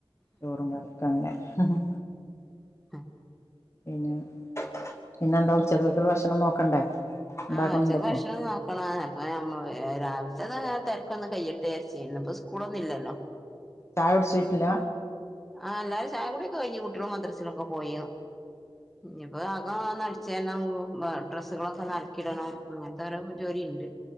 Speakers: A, on the left; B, in the centre.
A: ചോറും കറിയു അങ്ങനെ ഹ്
B: ആഹ്
A: പിന്നെ പിന്നെന്താ ഉച്ചക്കത്തേക്കുള്ള ഭക്ഷണം നോക്കണ്ടേ ഉണ്ടാക്കുന്നുണ്ടോ
B: ആഹ് ഉച്ചക്ക്
A: ഇപ്പൊ
B: ഭക്ഷണം നോ ആഹ് അപ്പ രാവിലത്തെ തിരക്കൊന്ന് കൈയ്ട്ടേ വിചാരിച്ച് ഇന്നിപ്പോ സ്കൂളൊന്നുംല്ലല്ലോ
A: ചായ കുടിച്ചിട്ടില്ല
B: അ എല്ലാരും ചായ കുടിയൊക്കെ കഴിഞ്ഞ് കുട്ടിയോള് മദ്രസിലൊക്കെ പോയ് ഇഞ്ഞിപ്പോ അകംഒന്നടിച്ചാരണം ഡ്രസ്സുകളൊക്കെ അലക്കിടണം അങ്ങനത്തോരോ ജോലി ഇണ്ട്